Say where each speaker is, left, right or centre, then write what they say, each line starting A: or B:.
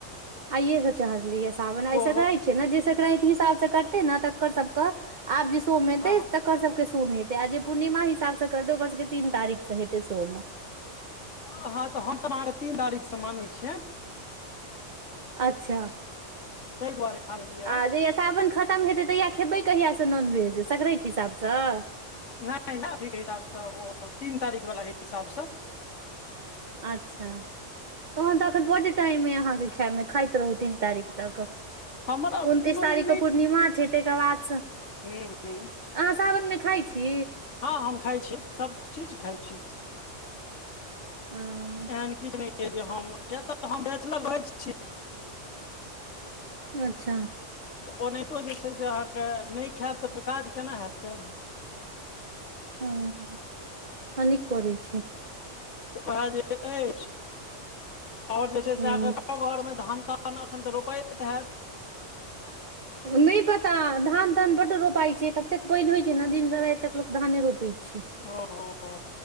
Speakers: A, on the right; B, on the left.
A: <inaudible> आइए सं चहरलैया सावन, आइ
B: ओहो
A: संक्रांति जेना जे संक्राति हिसाब सं करतै ने तकर सबक आब जे सोम एतै
B: हँ
A: तक र सबके सोम हेतै आ जे पूर्णिमा हिसाब स करतै ओकर सबके तीन तारीख स हेतै सोम।
B: हं-हं त हम सब अहाँके तीन तारीख स मानै छियैन।
A: अच्छा
B: ताहि दुआरे खा लेलियै
A: आ जहिया सं साबन खतम हेतै तहिया खेबै कहियासं नॉनवेज संक्रांति ति हिसाबसं?
B: न नै अथीके हिसाबसं ओ तीन तारीख वला हिसाबसं।
A: अच्छा तहन त एखन बड्ड टाइम ऐ अहाँके खा मे, खाइत रहू तीन तारीख तक।
B: हमरा
A: उनतीस
B: कोनो ई
A: तारीख क पूर्णिमा छै, तै के बादसं
B: हे ए
A: अहाँ सावनमे खाइ छी?
B: हँ हम खाइ छी, सब चीज खाइ छी।
A: ओ
B: एहन किछ नै अछि जे हम, किए त हम बैचलर रहै छी।
A: अच्छा।
B: ओनाहितो जे छै से अहाँके, नै खाएब त फेर काज केना हैत कैल।
A: हुं-हुं, <inaudible> हं नीक करै छी।
B: त वैह जे अछि <inaudible> आओर जे छै
A: हँ
B: से आहाॅंके ककरो घर मे धान तान तहन एखन त रोपाएत हैत?
A: नै पता धान तान बड्ड रोपाइ छै। ततेक पानि होइ छै ने दिन सं राति तक लोक धाने रोपै छै।
B: ओह हो हो,